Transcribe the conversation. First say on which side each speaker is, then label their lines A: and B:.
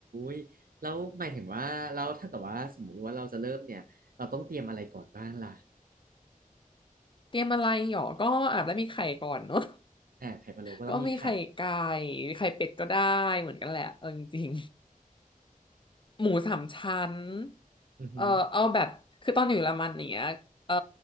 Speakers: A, on the right (about 80°); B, on the left (about 35°).
A: ยแล้วหมายถึงว่าเราถ้าเกิดว่าสมมติว่าเราจะเริ่มเนี่ยเราต้องเตรียมอะไรก่อนบ้างล่ะ
B: เตรียมอะไรหรอก็อาจจะมีไข่ก่อนเนาะ
A: อ่าไข่พะโล้ก็ต้องมีไข่
B: ก็มีไข่ไก่ไข่เป็ดก็ได้เหมือนกันแหละเออจริงๆหมูสามชั้น
A: อือฮึ
B: เออเอาแบบคือตอนอยู่เยอรมันงเนี้ยเออ